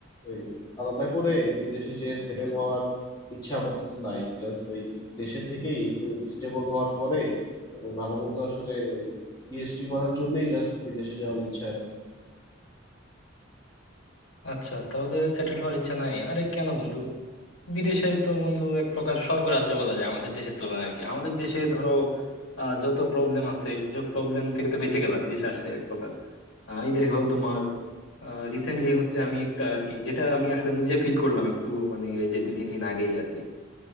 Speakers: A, on the left; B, on the left.
A: ওই আলাদা করে বিদেশে যে সেটেল হওয়ার ইচ্ছা আপাতত নাই জাস্ট ওই দেশে থেকেই একটু স্টেবল হওয়ার পরে তারপর ভালো মতো আসলে ওই পিএইচডি করার জন্যই জাস্ট বিদেশে যাওয়ার ইচ্ছা আছে
B: আচ্ছা তাহলে সেটেল হওয়ার ইচ্ছা নাই আরে কেন বন্ধু বিদেশের তো বন্ধু এক প্রকার স্বর্গরাজ্য বলা যায় আমাদের দেশের তুলনায় আর কি আমাদের দেশে ধরো আহ, যত প্রবলেম আছে এইসব প্রবলেম থেকে তো বেঁচে গেলা বিদেশে আসলে এক প্রকার আহ, এই দেখো তোমার রিসেন্টলি হচ্ছে আমি একটা আর কি যেটা আমি আসলে নিজে ফিল করলাম একটু মানে এই যে দুই তিন দিন আগেই আর কি